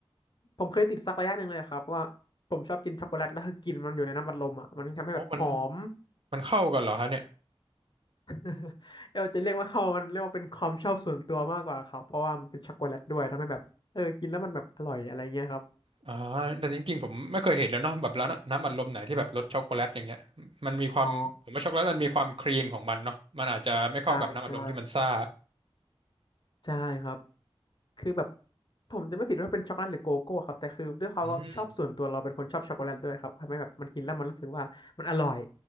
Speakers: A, on the left (about 50°); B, on the right (about 60°).
A: ผมเคยติดสักระยะหนึ่งเลยครับว่า ผมชอบกินช็อกโกแลตแล้วคือกลินมันอยู่ในน้ำอัดลมอ่ะมันทำให้แบบหอม
B: โอ้มันมันเข้ากันเหรอฮะเนี่ย
A: <laughs> เราจะเรียกว่าเขามันเรียกว่าเป็นความชอบส่วนตัวมากกว่าครับเพราะว่ามันเป็นช็อกโกแลตด้วยทำให้แบบเออกินแล้วมันแบบอร่อยอะไรเงี้ยครับ
B: อ่าแต่จริงๆผมไม่เคยเห็นแล้วเนาะแบบร้านน้ำอัดลมไหนที่แบบรสช็อกโกแลตอย่างเงี้ยมันมีความผมว่าช็อกโกแลตมันมีความครีมของมันเนาะมันอาจจะไม่เข้ากับน้ำอัดลมที่มันซ่า
A: อ๋อใช่ใช่ใช่ครับคือแบบผมจะไม่ผิดว่าเป็นช็อกโกแลตหรือโกโก้ครับแต่คือด้วยความว่าชอบส่วนตัวเราเป็นคนชอบช็อกโกแลตด้วยครับทำให้แบบมันกินแล้วมันรู้สึกว่ามันอร่อย
B: อืม